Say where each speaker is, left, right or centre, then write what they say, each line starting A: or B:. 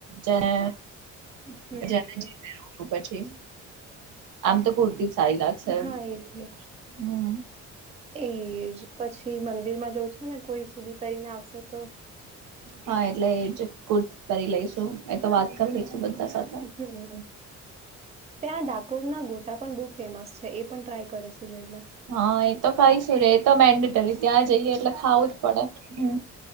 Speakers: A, on the right (about 75°); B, on the right (about 20°).
A: જેને
B: હમ
A: જાને જે પેરહવુ પછી આમ તોજ કુર્તી સાય લાગશે હમ
B: હા એજ એજ એજ પછી મંદિર માં જઉ છે ને કોઈ સુબી પહેરીને આવશે તો
A: હા એટલે એ જ કુર્તી પેરી લઈશું એતો વાત કરી લઈશું બધા સાથે
B: <inaudible> ત્યાં ડાકોરના ગોટા પણ બહુ ફેમસ છે એ પણ ટ્રાય કરીશું જઈને
A: હા એ તો કઈશું રે એ તો મેન્ડેટરી ત્યાં જઈએ એટલે ખાવું જ પડે હ